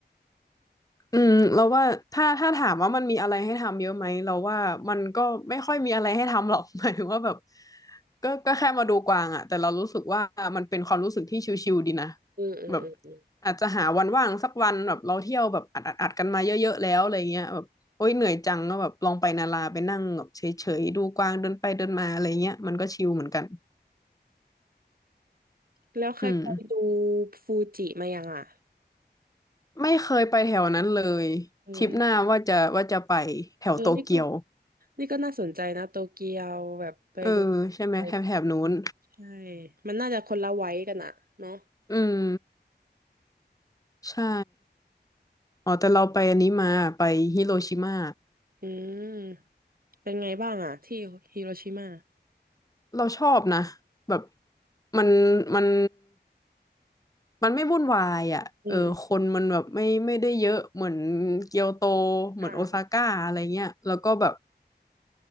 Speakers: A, on the left (about 20°); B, on the right (about 55°).
A: อืมเราว่าถ้าถ้าถามว่ามันมีอะไรให้ทำเยอะไหมเราว่ามันก็ไม่ค่อยมีอะไรให้ทำหรอก <laughs> หมายถึงว่าแบบก็ก็แค่มาดูกวางอะแต่เรารู้สึกว่ามันเป็นความรู้สึกที่ชิลๆดีนะ
B: อืมอืมอืมอืม
A: แบบอาจจะหาวันว่างสักวันแบบเราเที่ยวแบบอัดอัดอัดกันมาเยอะๆแล้วอะไรเงี้ยแบบโอ๊ยเหนื่อยจังก็แบบลองไปนาราไปนั่งแบบเฉยๆดูกวางเดินไปเดินมาอะไรเงี้ยมันก็ชิลเหมือนกัน
B: แล้วเคยไปดู
A: อืม
B: ฟูจิมายังอ่ะ
A: ไม่เคยไปแถวนั้นเลยทริปหน้าว่าจะว่าจะไปแถวโตเกียว
B: เออ เออนี่ก็นี่ก็น่าสนใจนะโตเกียวแบบไปดู
A: เออใช่ไหมแถบแถบนู้น
B: ไป ใช่ มันน่าจะคนละไว้กันอะเนาะ
A: อืมใช่อ๋อแต่เราไปอันนี้มาไปฮิโรชิมา
B: อืมเป็นไงบ้างอะที่ฮิโรชิมา
A: เราชอบนะแบบมันมันมันไม่วุ่นวายอ่ะเออคนมันแบบไม่ไม่ได้เยอะเหมือน
B: อืมอืม
A: เกียวโตเหมือนโอซาก้าอะไรเงี้ยแล้วก็แบบ
B: อ่า